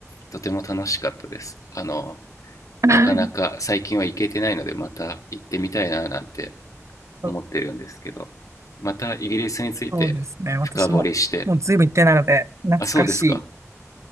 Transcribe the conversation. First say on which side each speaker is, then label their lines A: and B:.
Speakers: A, on the left; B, on the right.
A: とても楽しかったですあの
B: <laughs>
A: なかなか最近は行けてないのでまた行ってみたいななんて思ってるんですけど
B: そう
A: またイギリスについて深掘りして
B: そうですね。私も、もうずいぶん行ってないので、懐かしい。
A: あそうですか